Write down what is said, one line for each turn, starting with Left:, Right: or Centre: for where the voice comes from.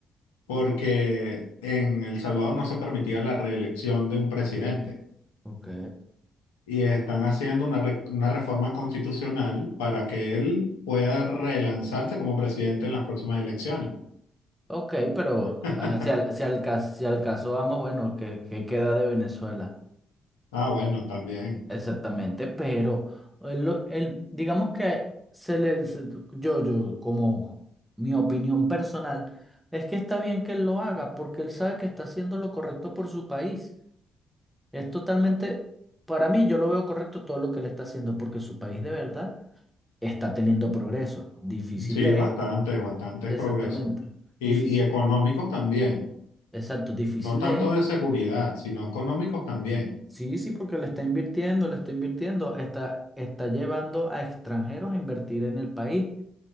Left: Porque en El Salvador no se permitía la reelección de un presidente.
Centre: Ok.
Left: y están haciendo una, re- una reforma constitucional para que él pueda relanzarse como presidente en las próximas elecciones.
Centre: Ok, pero
Left: <laughs>
Centre: ah, si al, si al cas- si al caso vamos, bueno, ¿qué, qué queda de Venezuela?
Left: Ah, bueno, también.
Centre: Exactamente, pero el, el- digamos que se le, se- yo, yo, como mi opinión personal, es que está bien que él lo haga porque él sabe que está haciendo lo correcto por su país. Es totalmente, para mí, yo lo veo correcto todo lo que él está haciendo porque su país de verdad está teniendo progreso. Difícil
Left: Sí,
Centre: es,
Left: bastantes, bastantes
Centre: exactamente,
Left: progresos. Y,
Centre: difícil,
Left: y económicos también.
Centre: exacto, difícil
Left: No tanto
Centre: es.
Left: de seguridad, sino económicos también.
Centre: Sí, sí, porque le está invirtiendo, le está invirtiendo, está, está llevando a extranjeros a invertir en el país.